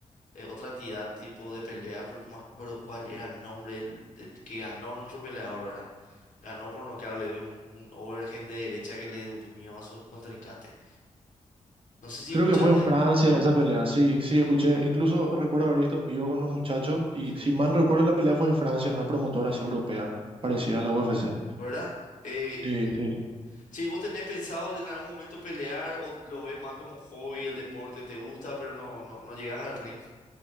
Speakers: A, on the left (about 65°); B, on the right (about 40°).
A: eh, otra entidad tipo de pelea, pero no me acuerdo cuál era el nombre del, del que ganó nuestro peleador, ¿verdad? Ganó por nocaut, le dio un, un overhand de derecha que le durmió a su contrincante. No sé si
B: Creo
A: escuchaste,
B: que fue en Francia
A: ah,
B: esa pelea, sí,
A: Sí,
B: sí, escuché, incluso recuerdo haber visto en vivo con los muchachos y
A: sí,
B: si mal recuerdo la pelea fue en Francia, en una promotora así europea, parecida a la UFC.
A: ¿verdad? Eh,
B: Sí, sí.
A: che, ¿vos tenés pensado en algún momento pelear o lo ves más como hobby, el deporte te gusta, pero no, no, no llegas al ring?